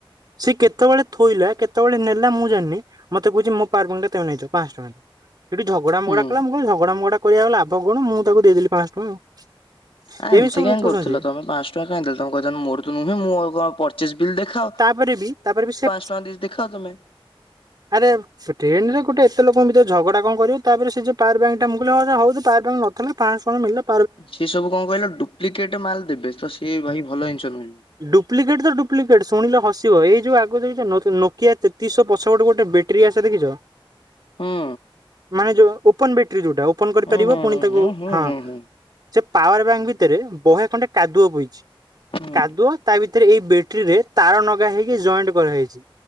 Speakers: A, on the right; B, on the left.
A: ସେ କେତେବେଳେ ଥୋଇଲା କେତେବେଳେ ନେଲା ମୁଁ ଜାଣିନି ମତେ କହୁଛି ମୋ ପାୱାର ପଏଣ୍ଟ ଟା ତମେ ନେଇଛ। ପାଞ୍ଚଶ ଟଙ୍କା। ସେଠି ଝଗଡା ମଗଡା
B: ହୁଁ।
A: କଲା ମୁଁ କହିଲି ଝଗଡା ମଗଡା କରି ଆଉ ଲାଭ କଣ ମୁଁ ତାକୁ ଦେଇଦେଲି ପାଞ୍ଚଶହ ଟଙ୍କ ଆଉ।
B: ଆଁ ଏମତି
A: ଏମିତି ସବୁ
B: କାଇଁ
A: ଲୁଟୁଛନ୍ତି
B: କରୁଥୁଲ ତମେ ପାଞ୍ଚଶହ ଟଙ୍କା କାଇଁ ଦେଲେ ତମେ କହିଥାଆନ୍ତ ମୋର ତ ନୁହେଁ ମୋ ଆଉ କଣ ପର୍ଚେଜ୍ ବିଲ୍ ଦେଖାଅ।
A: ପରେ ବି ତାପରେ ବି ସେ
B: <unintelligible> ଦେଇଚି ଦେଖାଅ ତମେ।
A: ଆରେ ସେ ଟ୍ରେନ୍ ରେ ଗୋଟେ ଏତେ ଲୋକଙ୍କ ଭିତରେ ଝଗଡ଼ା କଣ କରିବ ତାପରେ ସେ ଯୋଉ ପାୱାରବ୍ୟାଙ୍କଟା ମୁଁ କହିଲି ହ ସେ ହଉ ପୱାରବ୍ୟାଙ୍କ୍ ନଥେଲା ପାଞ୍ଚଶହ ଟଙ୍କା ମିିଳିଲା
B: ସିଏ ସବୁ କଣ କହିଲ ଡୁ୍ପ୍ଲିକେଟ୍ ମାଲ୍ ଦେବେ ତ ସିଏ ଭାଇ ଭଲ ଜିନ୍ସ ନୁହଁ।
A: ଡୁପ୍ଲିକେଟ୍ ତ ଡୁପ୍ଲିକେଟ୍ ଶୁଣିଲେ ହସିବ ଏଇ ଯୋଉ ଆଗ ଦେଖିଚ ନୋ ନୋକିଆ ତେତିଶହ ପସ ଟ ଗୋଟେ ଗୋଟେ ବେଟ୍ରୀ ଆସେ ଦେଖିଚ
B: ହୁଁ
A: ମାନେ ଯୋଉ ଓପନ ବେଟେରୀ ଯୋଉଟା ଓପନ କରିପାରିବ
B: ହୁଁ ହୁଁ
A: ପୁଣି ତାକୁ
B: ହୁଁ ହୁଁ
A: ହଁ ସେ
B: ହୁଁ ହୁଁ
A: ପାୱାର ବ୍ୟାଙ୍କ ଭିତରେ ବହେ ଖଣ୍ଡେ କାଦୁଅ ପଇଚି।
B: ହୁଁ
A: କାଦୁଅ ତା ଭିତରେ ଏଥିରେ ଏଇ ବେଟ୍ରିରେ ତାର ନଗା ହେଇକି ଜଏଣ୍ଟ କରାହେଇଚି।